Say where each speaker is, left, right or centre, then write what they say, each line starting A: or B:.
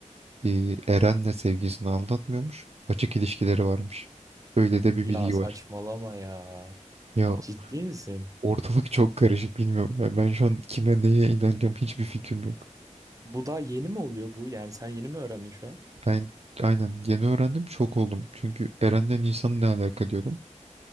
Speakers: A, on the right (about 55°); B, on the right (about 25°).
A: eee, Eren'le sevgilisini aldatmıyormuş. Açık ilişkileri varmış. Öyle de bir
B: Ya
A: bilgi
B: saçmalama
A: var.
B: ya.
A: Ya
B: Ciddi misin?
A: Ortalık çok karışık bilmiyorum. Yani ben şu an kime neye inanacağım hiçbir fikrim yok.
B: Bu daha yeni mi oluyor bu? Yani sen yeni mi öğrendin şu an?
A: Ben aynen yeni öğrendim şok oldum. Çünkü Eren'le Nisan ne alaka diyordum.